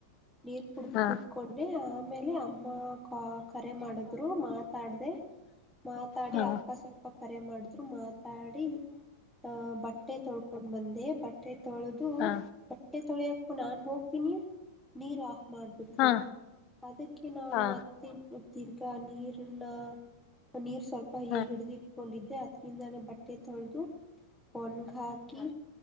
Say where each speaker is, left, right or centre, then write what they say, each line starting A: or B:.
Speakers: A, in the centre; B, on the left (about 40°).
A: ನೀರ್ ಕುಡ್ದ
B: ಹಾ
A: ಕೂತ್ಕೊಂಡೆ <unintelligible> ಮೇಲೆ ಅಮ್ಮ ಕಾ ಕರೆ ಮಾಡಿದ್ರು ಮಾತ್ ಮಾತಾಡ್ದೆ. ಮಾತಾಡಿ
B: ಹಾ
A: ಅಕ್ಕ ಸ್ವಲ್ಪ ಕರೆ ಮಾಡುದ್ರು ಮಾತಾಡಿ ಹಾ ಬಟ್ಟೆ ತೊಳ್ಕೊಂಡ್ ಬಂದ್ ೇ <unintelligible> ಬಟ್ಟೆ ತೊಳದು
B: ಹಾ ಹಾ
A: <unintelligible> ಟ್ಟೆ ತೊಳೆಯಾಕು ನಾನ್ ಹೋಗ್ತೀನಿ, ನೀರ್ ಆಫ್ <unintelligible> ಮಾಡಬುಟ್ರು.
B: ಹಾ ಹಾ
A: ಅದಕ್ಕೆ ನಾನು
B: ಹಾ
A: ಮತ್ತೆ ತಿರಗ ಆ ನೀರನ್ನ, ಪನೀರ್ <unintelligible> ಸ್ವಲ್ಪ ಹಯ
B: ಹಾ
A: ಹಿಡಿದಿ <unintelligible> ಕೊಂಡಿದ್ದೆ, ಅದರಿಂದನೆ ಬ <unintelligible> <unintelligible> ಟ್ಟೆ ತೊಳದು ಒಣಗ ಹಾಕಿ,